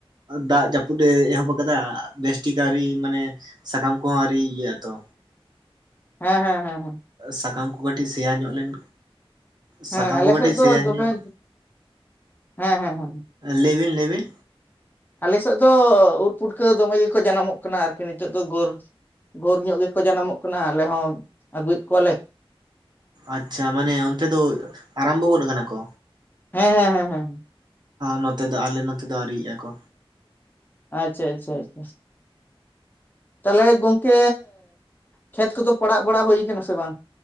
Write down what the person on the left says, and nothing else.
ᱦᱮᱸ ᱦᱮᱸᱮᱸᱸ
ᱦᱮᱸ ᱟᱞᱮ
ᱥᱮᱫ ᱫᱚ
ᱫᱚᱢᱮ
ᱦᱮᱸ ᱦᱮᱸ ᱦᱮᱸ
ᱟᱞᱮᱥᱮᱫ ᱫᱚ ᱩᱫ ᱯᱩᱴᱠᱟᱹ ᱫᱚᱢᱮ ᱜᱮᱠᱚ ᱡᱟᱱᱟᱢᱚᱜ ᱠᱟᱱᱟ ᱟᱨᱠᱤ ᱱᱤᱛᱚᱜ ᱫᱚ ᱜᱳᱨ ᱜᱳᱨ ᱧᱚᱜ ᱜᱮᱠᱚ ᱡᱟᱱᱟᱢᱚᱜ ᱠᱟᱱᱟ ᱟᱞᱮ ᱦᱚᱸ ᱟᱹᱜᱩᱭᱮᱫ ᱠᱚᱣᱟᱞᱮ,
ᱦᱮᱸ ᱦᱮᱸ ᱦᱮ ᱦᱮᱸ
ᱟᱪᱪᱷᱟ ᱟᱪᱪᱷᱟ ᱟᱪᱪᱷᱟ ᱛᱟᱦᱚᱞᱮ ᱜᱚᱝᱠᱮ ᱠᱷᱮᱛ ᱠᱚᱫᱚ ᱯᱟᱲᱟᱜ ᱵᱟᱲᱟ ᱦᱩᱭᱠ ᱥᱮ ᱵᱟᱝ,?